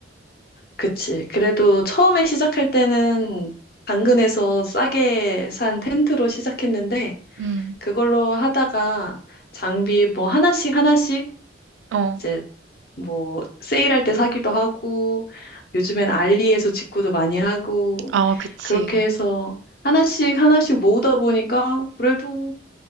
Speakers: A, on the left; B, on the right.
A: 그치. 그래도 처음에 시작할 때는 당근에서 싸게 산 텐트로 시작했는데
B: 음,
A: 그걸로 하다가 장비 뭐 하나씩 하나씩
B: 어,
A: 이제 뭐 세일할 때 사기도 하고 요즘엔 알리에서 직구도 많이 하고
B: 아, 그치.
A: 그렇게 해서 하나씩 하나씩 모으다 보니까 그래도